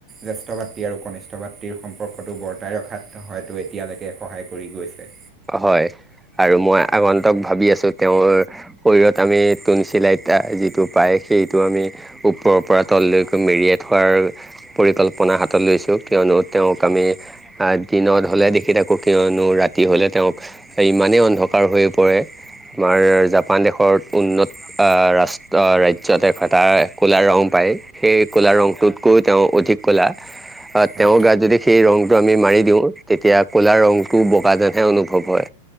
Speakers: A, on the right; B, in the centre.
A: জ্যেষ্ঠ ভাতৃ আৰু কনিষ্ঠ ভাতৃৰ সম্পৰ্কটো বৰ্তাই ৰখাত হয়তো এতিয়া এতিয়ালৈকে সহায় কৰি গৈছে।
B: হয়, আৰু মই আগন্তক ভাবি আছোঁ, তেওঁৰ শৰীৰত আমি তুলচিলাইত যিটো পাই সেইটো আমি ওপৰৰ পৰা তললৈকৈ মেৰিয়াই থোৱাৰ পৰিকল্পনা হাতত লৈছোঁ কিয়নো তেওঁক আমি দিনত হ'লে দেখি থাকো কিয়নো ৰাতি হ'লে তেওঁক ইমানেই অন্ধকাৰ হৈ পৰে আমাৰ জাপান দেশৰ উন্নত আ, ৰাষ্ট ৰাজ্য <unintelligible> এটা কলা ৰং পাই পাই, সেই কোলা ৰঙটোত কৈ তেওঁ অধিক কোলা।
A: হয়
B: তেওঁৰ গাত যদি সেই ৰংটো আমি মাৰি দিওঁ তেতিয়া ক'লা ৰংটো বগা যেনহে অনু হ'বই।